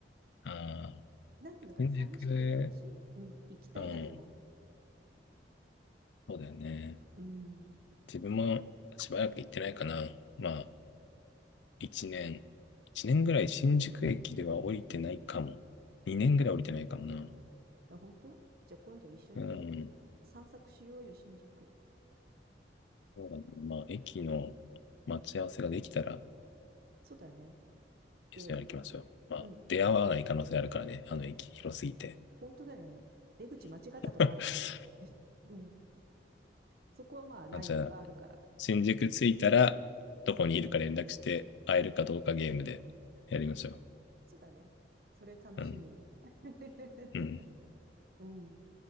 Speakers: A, on the left; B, on the right.
A: ああ、
B: なんていうのかな、
A: 新宿、
B: 寂しくなるし、うん、行きたいな、
A: うん。
B: でも。
A: そうだよね。
B: うん。
A: 自分もしばらく行ってないかな。まあ、1年、1年ぐらい新宿駅では降りてないかも。2年ぐらい降りてないかもな。
B: だ本当じゃあ今度一緒に
A: うん。
B: 散策しようよ、新宿。
A: そうだね。まあ、駅の待ち合わせができたら
B: そうだよね。
A: 一緒に歩きましょう。
B: で、
A: まあ、
B: うん、
A: 出会わない可能性あるからね。あの駅広すぎて。
B: 本当だよね。出口間違ったとかあるからね。
A: <laughs>
B: うん。そこはまあ、ラインとかあるから。
A: あ、じゃあ、新宿着いたら、どこにいるか連絡して、会えるかどうかゲームでやりましょ
B: そうだね。それ楽しみに。
A: う。うん。
B: <laughs>
A: うん。
B: うん。